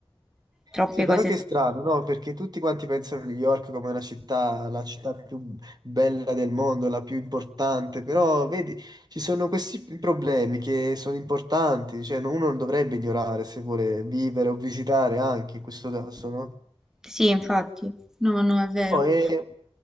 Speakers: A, in the centre; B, on the right.
A: troppe
B: Sì, però
A: cose.
B: che strano, no? Perché tutti quanti pensano a New York come una città, la città più bella del mondo, la più importante, però vedi, ci sono questi problemi che sono importanti, cioè no, uno non dovrebbe ignorare se vuole vivere o visitare anche in questo caso, no?
A: Sì, infatti, no, no, è vero.
B: No, e-